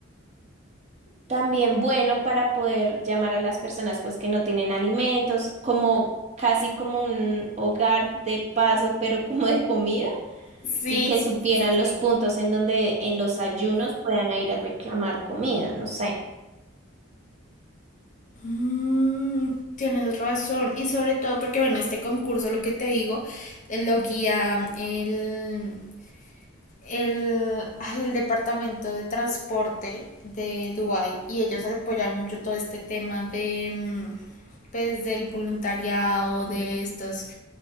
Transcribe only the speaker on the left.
Sí,
sí,
sí, sí,
sí.
Mm, tienes razón. Y sobre todo porque, bueno, este concurso, lo que te digo, eh, lo guía el, el, ay, el departamento de transporte de Dubai y ellos apoyan mucho todo este tema de, mm, pues, del voluntariado, de estos